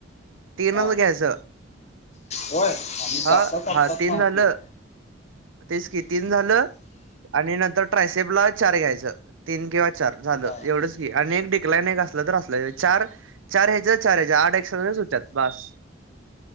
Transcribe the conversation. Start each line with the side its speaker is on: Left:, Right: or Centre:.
Right: तीनच
Left: हा
Right: घ्यायच
Left: होय आम्ही
Right: हा
Left: तासात तासात
Right: हा तीन
Left: मारतोय
Right: झालं. तेच की तीन झालं आणि नंतर ट्रायसेपला चार घ्यायचं. तीन किंवा चार झालं
Left: हा हा
Right: एवढंच की आणि एक डिक्लाईन एक असलं तर असलं चार. चार हे ज्या चार हे ज्या आठ एक्झरसाइज होतात बास.